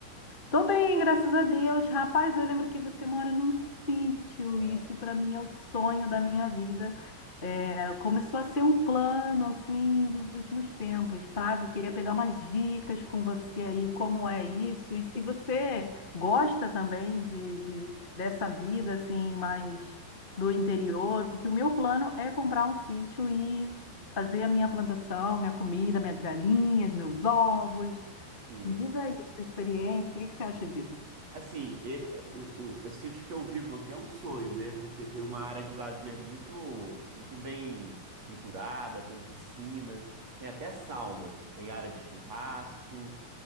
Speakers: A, on the left; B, on the right.
A: Tô bem, graças a Deus. Rapaz, eu lembro que você mora num sítio,
B: É.
A: e isso para mim é o sonho da minha vida. É, começou a ser um plano assim dos últimos tempos, sabe? Queria pegar umas dicas com você aí, como é isso, e se você gosta também de, de- dessa vida assim, mais do interior, porque o meu plano é comprar um sítio e fazer a minha plantação, minha comida, minhas galinhas, meus ovos.
B: Sim.
A: Me Diz aí a sua experiência, o que que você acha disso?
B: Assim, e- é, o, o- o sítio que eu vivo aqui é um sonho, né? Porque tem uma área de lazer muito, muito bem estruturada, tem piscina, tem até sauna, tem área de churrasco.